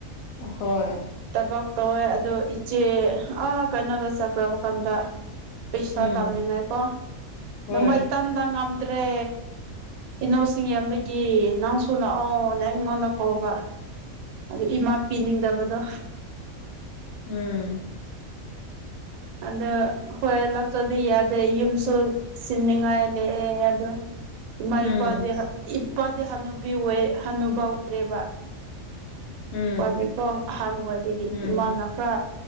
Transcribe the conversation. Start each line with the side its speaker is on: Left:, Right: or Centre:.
Left: ꯍꯣꯏ
Right: ꯊꯕꯛ ꯇꯧꯋꯦ ꯑꯗꯨ ꯏꯆꯦ ꯑꯥ ꯀꯩꯅꯣꯗ ꯆꯠꯈ꯭ꯔꯕ ꯀꯥꯟꯗ ꯄꯩꯁꯥ
Left: ꯎꯝ
Right: ꯇꯥꯅꯤꯡꯉꯥꯏꯀꯣ
Left: ꯍꯣꯏ
Right: ꯗ ꯃꯩ ꯇꯟꯗ ꯉꯝꯗ꯭ꯔꯦ ꯏꯅꯧꯁꯤꯡ ꯌꯥꯝꯕꯒꯤ ꯅꯪꯁꯨ ꯂꯥꯛꯑꯣ ꯅꯪ ꯑꯩꯉꯣꯟꯗ ꯀꯧꯕ꯫ ꯑꯗ ꯏꯃꯥ ꯄꯤꯅꯤꯡꯗꯕꯗꯣ
Left: ꯎꯝ
Right: ꯑꯗꯣ ꯍꯣꯏ ꯂꯥꯛꯇꯗꯤ ꯌꯥꯗꯦ ꯌꯨꯝꯁꯨ ꯆꯤꯅꯤꯉꯥꯏ ꯂꯦ ꯑꯦ ꯑꯗꯨ ꯏꯃꯥ
Left: ꯎꯝ
Right: ꯏꯄꯥꯗꯤ ꯍꯥ ꯏꯄꯥꯗꯤ ꯍꯅꯨꯕꯤ ꯑꯣꯏ ꯍꯅꯨꯕ ꯑꯣꯏꯔꯦꯕ꯫
Left: ꯎꯝ
Right: ꯏꯄꯥꯗꯤꯀꯣ ꯑꯍꯥꯟ ꯑꯣꯏꯕꯒꯤ
Left: ꯎꯝ
Right: ꯏꯃꯥꯅ ꯈ꯭ꯔ